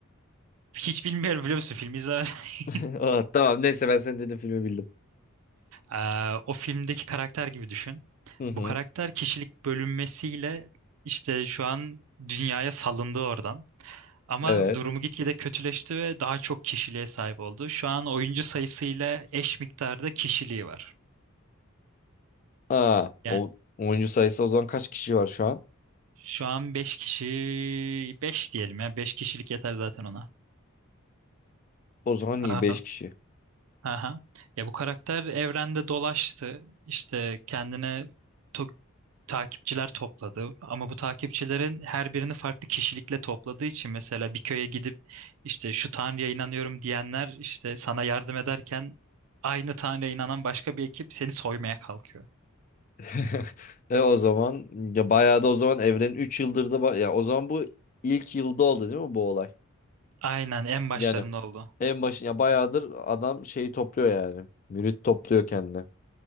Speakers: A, on the right; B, on the left.
A: Hiç bilmiyorum biliyor musun filmi izlemedim. <laughs>
B: <laughs> Ah, Tamam neyse ben senin dediğin filmi bildim.
A: E, O filmdeki karakter gibi düşün.
B: Hı hı.
A: Bu karakter kişilik bölünmesiyle işte şu an dünyaya salındı oradan. Ama
B: Evet.
A: durumu gitgide kötüleşti ve daha çok kişiliğe sahip oldu. Şu an oyuncu sayısıyla eş miktarda kişiliği var.
B: Aa,
A: Yani
B: o oyuncu sayısı o zaman kaç kişi var şu an?
A: Şu an 5 kişi 5 diyelim ya 5 kişilik yeter zaten ona.
B: O zaman
A: Aa,
B: iyi 5 kişi.
A: aha. Ya bu karakter evrende dolaştı. İşte kendine to- takipçiler topladı ama bu takipçilerin her birini farklı kişilikle topladığı için mesela bir köye gidip işte şu tanrıya inanıyorum diyenler işte sana yardım ederken aynı tanrıya inanan başka bir ekip seni soymaya kalkıyor.
B: <laughs> E o zaman ya bayağı da o zaman evrenin 3 yıldır da ba- ya o zaman bu ilk yılda oldu değil mi bu olay?
A: Aynen en başlarında
B: Yani
A: oldu.
B: en başı ya bayağıdır adam şeyi topluyor yani. Mürit topluyor kendine.